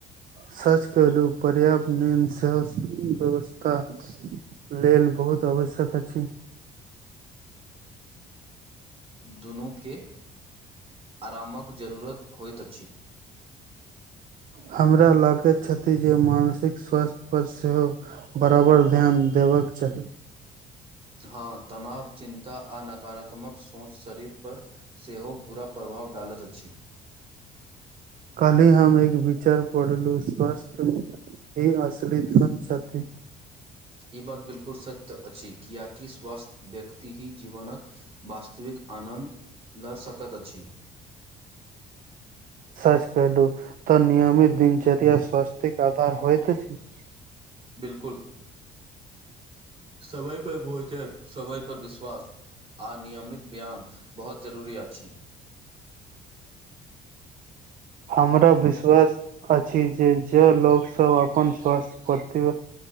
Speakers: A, on the right; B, on the right.
A: सच कहलू पर्याप्त नींद सेहो व्यवस्था लेल बहुत आ वश्यक अछि
B: <inaudible> दुनू के अरामक जरूरत होइत अछि
A: हमरा लागैत छथि जे मानसिक स्वास्थ्य पर सेहो बराबर ध्यान देबक चाही
B: हँ तनाव चिन्ता आ नकारात्मक सोच शरीर पर सेहो बुरा प्र भाव डालत अछि
A: काल्ही हम एक विचार पढ़लु स्वस्थ्य ही असली धन छथि
B: ई बात बिलकुल सत्य अछि किया कि स्वस्थ व्यक्ति ही जीवनक वास्तविक आनन्द ल‌ सकत अछि
A: सच कहलु तऽ नियमित दिनचरिया स्वास्तिक आधार होइत छै
B: बिलकुल समय पर भोजन समय पर विश्वास आ नियमित व्यायाम बहुत जरूरी अछि
A: हमरा विश्वास अछि जे जे लोकसभ अपन स्वास्थ्य प्रति